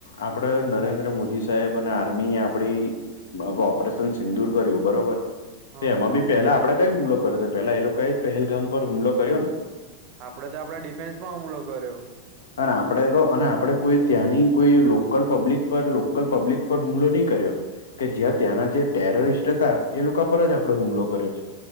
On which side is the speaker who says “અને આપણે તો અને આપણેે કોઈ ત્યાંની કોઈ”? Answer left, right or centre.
Left